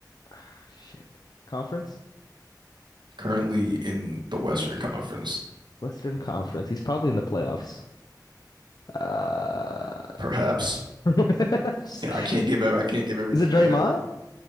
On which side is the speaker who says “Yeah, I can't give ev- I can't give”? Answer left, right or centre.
Right